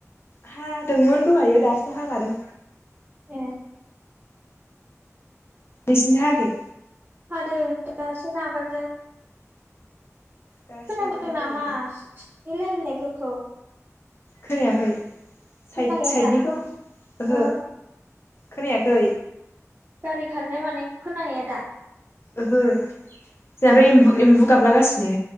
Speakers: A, on the left; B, on the right.
A: हादोंमोन दहायो दासो हागादों।
B: ए
A: नोंसोरनिथिं हायाखै
B: हादों‌ दासो नागारदो।
A: दासो
B: खोनादों
A: नागारदों
B: नामा
A: ओरैनो
B: रायनायफोरखौ
A: खोनायाखै साइद
B: खोनाहैया
A: साइडनिखौ
B: दा
A: ओहो
B: ओ
A: खोनायाखै।
B: गारि खारनाय मानायखौ खोनाहैयो दा
A: ओहो। जानोेएमबु गाबलागासिनो